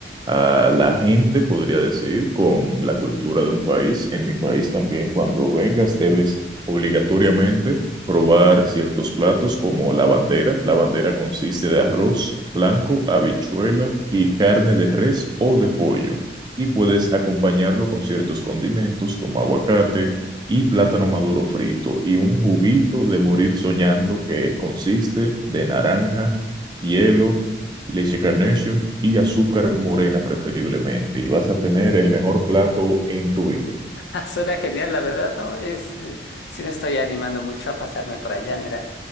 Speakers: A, on the right; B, on the left.
A: a la gente, podría decir, con la cultura de un país. En mi país también, cuando vengas, debes obligatoriamente probar ciertos platos como la bandera. La bandera consiste de arroz blanco, habichuela y carne de res o de pollo y puedes acompañarlo con ciertos condimentos como aguacate y plátano maduro frito y un juguito de morir soñando que consiste de naranja, hielo, leche Carnation y azúcar morena preferiblemente y vas a tener el mejor plato en tu vida.
B: <laughs> Ah, Suena genial, la verdad, ¿no? Es, eh, sí me estoy animando mucho a pasarme por allá. Mira,